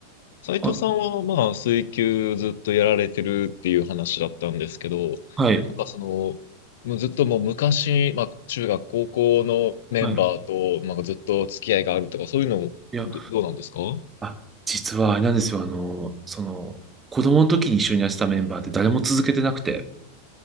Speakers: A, on the left; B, on the right.
A: 斉藤さんは、
B: あ、
A: まあ、水球ずっとやられてるっていう話だったんですけど、な
B: はい。
A: んかその、もうずっともう昔、まあ、中学、高校のメンバーと、
B: はい。
A: まあ、ずっと付き合いがあるとか、そういうの、
B: いや、
A: ど、どうなんですか
B: あ、実はあれなんですよ。あの、その、子供の時に一緒にやってたメンバーって誰も続けてなくて。